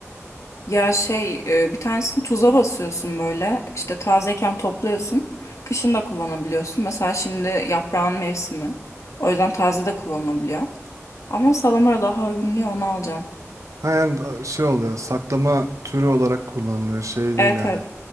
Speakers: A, on the left; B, on the right.
A: Ya şey e, bir tanesini tuza basıyorsun böyle. İşte tazeyken topluyorsun. Kışın da kullanabiliyorsun. Mesela şimdi yaprağın mevsimi. O yüzden taze de kullanılabiliyor. Ama salamura daha uygun diye onu alacağım.
B: Ha yani da- şey oluyor. Saklama türü olarak kullanılıyor. Şey değil
A: Evet
B: yani.
A: evet.